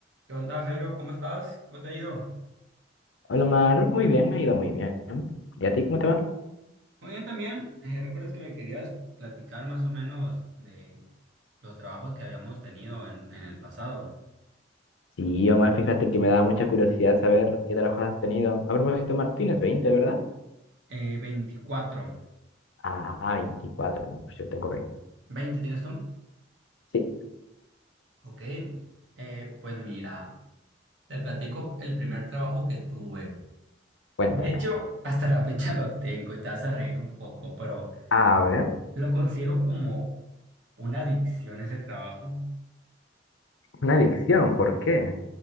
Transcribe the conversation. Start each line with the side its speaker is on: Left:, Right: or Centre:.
Right: ¿Qué onda, Jairo? ¿Cómo estás? ¿Cómo te ha ido?
Left: Hola Omar, muy bien, me ha ido muy bien. ¿Y a ti cómo te va?
Right: Muy bien también. Eh, ¿recuerdas que me querías platicar más o menos de los trabajos que habíamos tenido en, en el pasado?
Left: Sí, Omar, fíjate que me da mucha curiosidad saber qué trabajos has tenido. A propósito, Martínez, veinte, ¿verdad?
Right: Eh, 24.
Left: Ah, veinticuatro. no, pues yo tengo 20.
Right: ¿20 tienes tú?
Left: Sí,
Right: Ok. Eh, pues mira, te platico el primer trabajo que tuve.
Left: cuéntame.
Right: De hecho, hasta la fecha lo tengo y te vas a reír un poco, pero
Left: A ver,
Right: lo considero como una adicción ese trabajo,
Left: una adicción, ¿por qué?